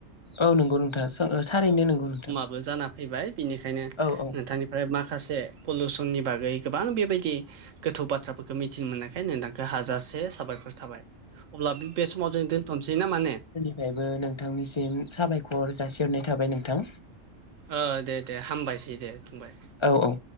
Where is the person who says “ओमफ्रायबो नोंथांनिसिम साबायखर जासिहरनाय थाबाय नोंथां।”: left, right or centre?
Left